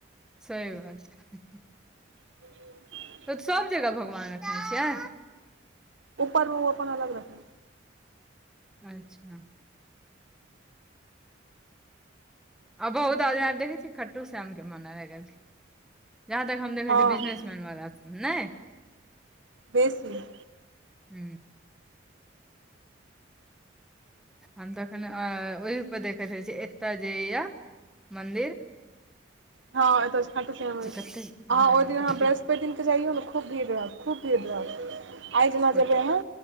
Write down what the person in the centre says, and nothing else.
सही बात छय
ओऽ सभ जगह भगवान रखने छियै
अच्छा आ बहुत आदमी आ के देखै छी खाटू शामके मानऽ लगेलखिन जहाँ तक हम देखै
छियै बिजनेसमैनवला सभ नय।
हू हम तऽखन ओहिपर देखैत रह छी एतय जे या मदिर
कतेक
हँ
कतेक
हूँ